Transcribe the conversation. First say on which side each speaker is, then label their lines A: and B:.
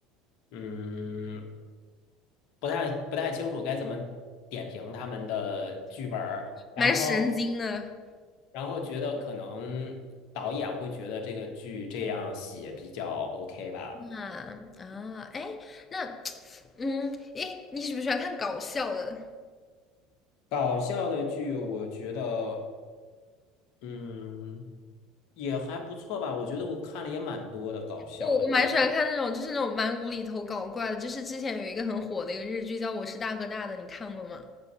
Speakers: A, on the left (about 55°); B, on the left (about 25°).
A: 嗯，不太不太清楚该怎么点评他们的剧本儿，
B: <laughs>
A: 然后
B: 蛮神经的。
A: 然后觉得可能导演会觉得这个剧这样写比较 OK 吧。
B: 啊啊，哎，那 <tsk> 嗯，哎，你喜不喜欢看搞笑的？
A: 搞笑的剧，我觉得嗯也还不错吧，我觉得我看了也蛮多的搞笑的剧的。
B: 我我蛮喜欢看那种，就是那种蛮无厘头搞怪的。就是之前有一个很火的一个日剧叫《我是大哥大的》，你看过吗？